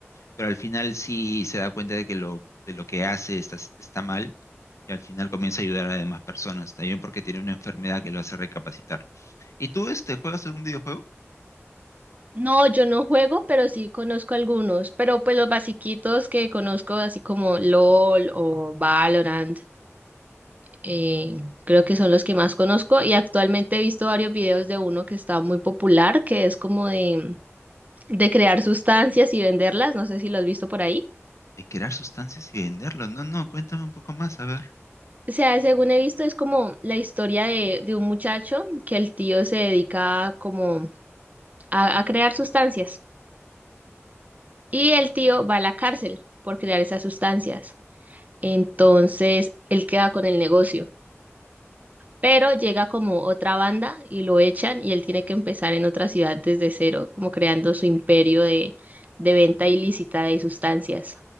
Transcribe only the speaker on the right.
No, yo no juego, pero sí conozco algunos, pero pues los basiquitos que conozco, así como LOL o Valorant, eh, creo que son los que más conozco y actualmente he visto varios videos de uno que está muy popular, que es como de, de crear sustancias y venderlas, no sé si lo has visto por ahí.
O sea, según he visto, es como la historia de, de un muchacho que el tío se dedica como a, a crear sustancias y el tío va a la cárcel por crear esas sustancias. Entonces, él queda con el negocio, pero llega como otra banda y lo echan y él tiene que empezar en otra ciudad desde cero, como creando su imperio de, de venta ilícita de sustancias.